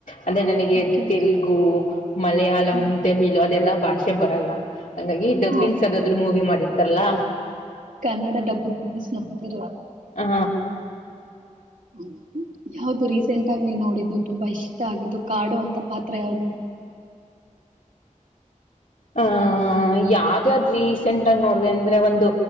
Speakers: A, on the left; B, on the right.
A: ಅಂದ್ರೆ ನನಗೆ
B: ಓಕೆ
A: ತೆಲುಗು ಮಲಯಾಳಂ
B: ಹ್ಮ್
A: ತೆಮಿಳ ಅದೆಲ್ಲಾ ಭಾಷೆ ಬರಲ್ಲ ಹಂಗಾಗಿ ಡಬ್ಬಿಂಗ್ಸ್
B: ಓಕೆ
A: ಯಾವುದಾದರೂ ಮೂವಿ ಮಾಡಿದ ರ್ಲಾ
B: ಕನ್ನಡ ಡಬ್ಬುಡ್ ಮುಗಿಸಿ ನೋಡ್ತಿರ
A: ಆ
B: ಹ ಯಾವದು ರೀಸೆಂಟ್ ಆಗ ನೀ ನೋಡಿದ್ದು ತುಂಬಾ ಇಷ್ಟ ಆಗಿದ್ದು ಕಾಡುೋ ಅಂತ ಪಾತ್ರ ಯಾದು
A: ಹಹ ಯಾವ್ದಾದ ರೀಸೆಂಟ್ ಆಗ ನೋಡ್ದ ಅಂದ್ರೆ ಒಂದು